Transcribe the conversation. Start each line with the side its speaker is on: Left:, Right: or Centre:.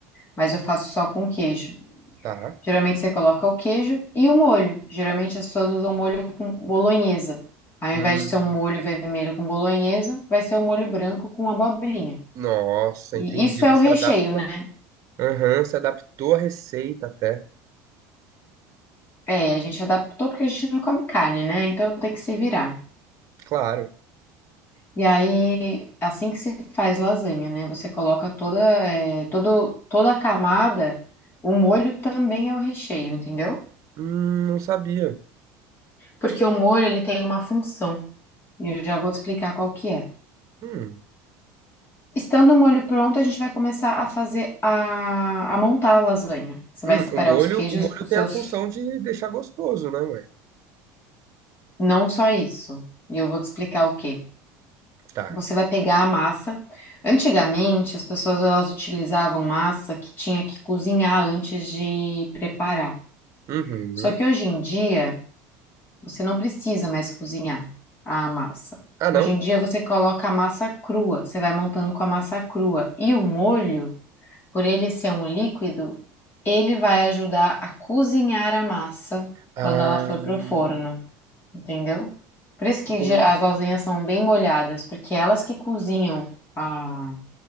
Left: mas eu faço só com queijo.
Right: Tá,
Left: Geralmente você coloca o queijo e o molho. Geralmente as pessoas usam molho com bolonhesa. Ao invés
Right: hum,
Left: de ser um molho vermelho com bolonhesa, vai ser um molho branco com abobrinha.
Right: nossa,
Left: E
Right: entendi,
Left: isso
Right: você
Left: é o recheio,
Right: adapta
Left: né?
Right: Aham, se adaptou à receita até.
Left: É, a gente adaptou porque a gente não come carne, né? Então tem que se virar.
Right: Claro.
Left: E aí, assim que se faz lasanha, né? Você coloca toda, é, todo, toda a camada, o molho também é o recheio, entendeu?
Right: Hum, não sabia.
Left: Porque o molho ele tem uma função. E eu já vou te explicar qual que é.
Right: Hum.
Left: Estando o molho pronto, a gente vai começar a fazer a, a montar a lasanha. Você
Right: Hum,
Left: vai separar
Right: o molho,
Left: os queijos,
Right: o molho
Left: os
Right: tem
Left: seus.
Right: a função de deixar gostoso, né, ué?
Left: Não só isso. E eu vou te explicar o quê.
Right: Tá.
Left: Você vai pegar a massa. Antigamente, as pessoas elas utilizavam massa que tinha que cozinhar antes de preparar.
Right: Uhum.
Left: Só que hoje em dia, você não precisa mais cozinhar a massa.
Right: Ah, não?
Left: Hoje em dia, você coloca a massa crua. Você vai montando com a massa crua. E o molho. Por ele ser um líquido, ele vai ajudar a cozinhar a massa quando
Right: Ah,
Left: ela for pro forno, entendeu? Por isso que
Right: entendi.
Left: ge- as lasanhas são bem molhadas, porque elas que cozinham a...